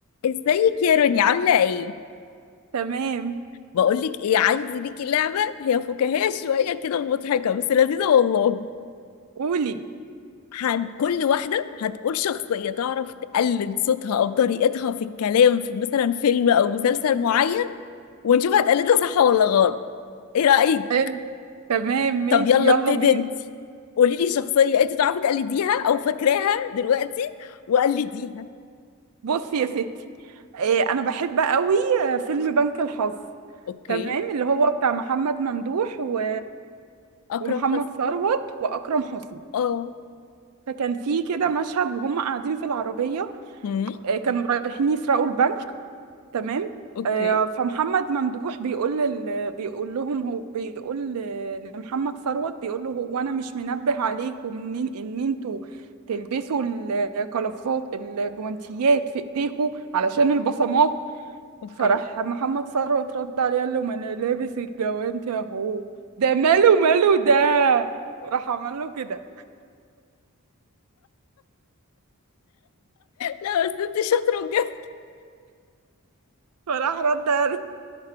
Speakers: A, on the left; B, on the right.
A: ازيك يا روني عاملة ايه؟
B: تمام
A: بقولك ايه عندي ليكي لعبة هي فكاهية شوية كده ومضحكة بس لذيذة والله
B: قولي
A: هن... كل واحدة هتقول شخصية تعرف تقلد صوتها أو طريقتها في الكلام في مثلا فيلم أو مسلسل معين ونشوف هتقلدها صح ولا غلط ايه رأيك؟
B: حلو تمام ماشي
A: طب يلا
B: يلا
A: ابتدي
B: بينا
A: انتي قوليلي شخصية انت تعرفي تقلديها أو فاكراها دلوقتي وقلديها
B: بصي يا ستي إيه انا بحب قوي آه، فيلم بنك الحظ
A: اوكي
B: تمام اللي هو بتاع محمد ممدوح و...
A: أكرم
B: ومحمد
A: حسني
B: ثروت واكرم حسني
A: اه
B: فكان في كده مشهد وهم قاعدين في العربيه
A: هم
B: آه، كانوا رايحين يسرقوا البنك تمام
A: اوكي
B: آه، فمحمد ممدوح بيقول لل... بيقول لهم هو بيقول ل- لمحمد ثروت بيقول له هو انا مش منبه عليكم منين ان انتوا تلبسوا القفازات الجوانتيات في ايديكم علشان البصمات
A: اوكي
B: فراح محمد ثروت رد عليه قال له ما انا لابس الجوانتي اهو ده ماله ماله ده راح عمل له كده
A: لا بس انت شاطرة بجد
B: فراح رد قال